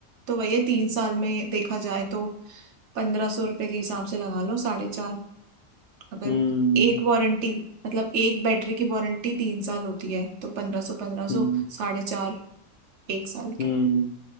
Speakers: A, on the right; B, on the left.
A: तो वही है तीन साल में देखा जाए तो पंद्रह सौ रुपए के हिसाब से लगा लो साढ़े चार अगर
B: हम्म
A: एक वारंटी मतलब एक बैटरी की वारंटी तीन साल होती है तो पंद्रह सौ पंद्रह
B: हम्म
A: सौ साढ़े चार एक साल
B: हम्म
A: के